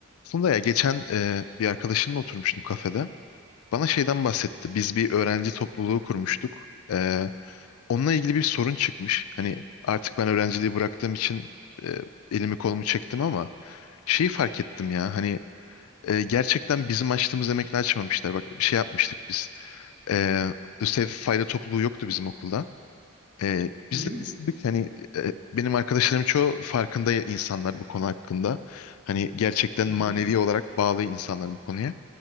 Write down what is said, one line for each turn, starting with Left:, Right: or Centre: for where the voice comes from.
Left: Aslında ya geçen e, bir arkadaşımla oturmuştum kafede. Bana şeyden bahsetti. Biz bir öğrenci topluluğu kurmuştuk. E, onunla ilgili bir sorun çıkmış. Hani artık ben öğrenciliği bıraktığım için e, elimi kolumu çektim ama şeyi fark ettim ya. Hani e, gerçekten bizim açtığımız emekle açmamışlar. Bak bir şey yapmıştık biz. E, Lösev fayda topluluğu yoktu bizim okulda. Ee, biz
Right: Hı hı,
Left: de düşündük hani e, benim arkadaşlarım çoğu farkında ya- insanlar bu konu hakkında. Hani gerçekten
Right: hı
Left: manevi
Right: hı.
Left: olarak bağlı insanlar bu konuya.